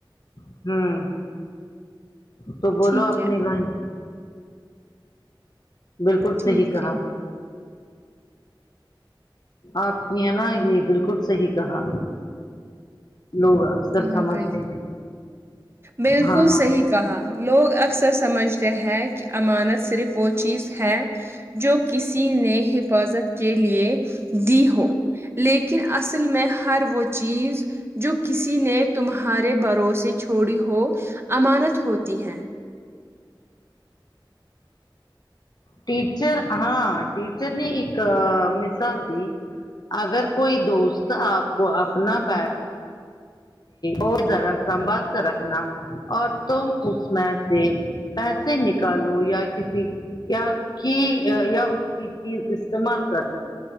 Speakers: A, on the left; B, on the right.
A: ہوں تو بولو
B: ٹھیک
A: اپنی
B: ہے
A: لائن ہ بالکل
B: ٹھیک
A: صحیح کہا
B: ہے
A: آپ کی ہے نا یہ بالکل صحیح کہا لوگ اکثر
B: کہاں
A: سمجھتے
B: گئی
A: ہیں
B: بالکل
A: ہاں ماں
B: صحیح کہا لوگ اکثر سمجھتے ہیں کہ امانت صرف وہ چیز ہے جو کسی نے حفاظت کے لیے دی ہو لیکن اصل میں ہر وہ چیز جو کسی نے تمہارے بھروںسے چھوڑی ہو امانت ہوتی ہے
A: ٹیچر ہاں ٹیچر نے ایک مثال دی اگر کوئی دوست آپ کو اپنا بی اور ذرا سنبھال کر رکھنا اور تم اس میں سے پیسے نکالو یا کسی کی یا اس کی چیز استعمال کر